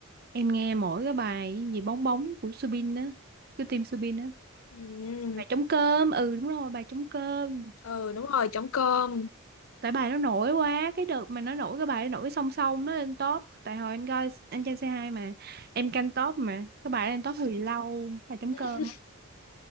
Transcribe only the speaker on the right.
em nghe mỗi cái bài gì bóng bóng của Subin á của team Subin á
bài trống cơm ừ đúng rồi bài trống cơm
tại bài nó nổi quá cái đợt mà nó nổi cái bài nó nổi song song nó lên top tại hồi em coi anh Trai C2 mà em canh top mà cái bài nó lên top hồi lâu bài trống
cơm á.